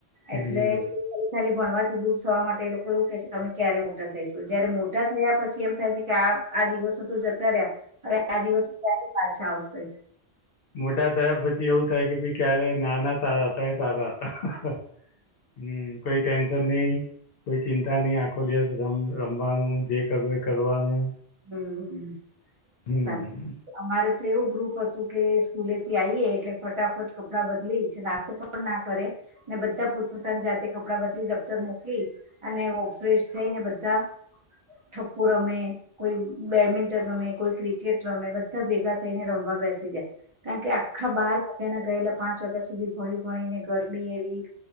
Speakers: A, on the left; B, on the right.
A: હમ
B: એટલે ભણવાથી દૂર થવા માટે એ લોકો એવું કે છે કે તમે ક્યારે મોટા થઈશો જયારે મોટા થયા પછી એમ થાય છે કે આ આ દિવસો તો જતા રહ્યા, અરે આ દિવસો ત્યારે પાછા આવશે.
A: મોટા થયા પછી એવું થાય કે ભાઈ ક્યારે નાના સારા હતા એ સારા હતા. હમ કોઈ ટેન્શ નહીં કોઈ ચિંતા નહીં આખો દિવસ રમ રમવાનું જે કરવું એ કરવાનું.
B: હમ,
A: હમ
B: સાચ અમારે તો એવું ગ્રુપ હતું કે સ્કૂલે થી આવીએ એટલે ફટાફટ કપડાં બદલી છે નાસ્તો પણ ના કરે. ને બધા પોતપોતાની જાતે કપડા બદલી દફ્તર મોકી, અને ફ્રેશ થઈને બધા થઠપ્પુ રમે કોઈ બેડમિન્ટન રમે કોઈ ક્રિકેટ રમે બધા ભેગા થઈને રમવા બેસી જાય. કારણ કે આખા બહાર વાગના ગયેલા પાંચ વાગ્યા સુધી ભણી ભણી ને ગરમી એવી,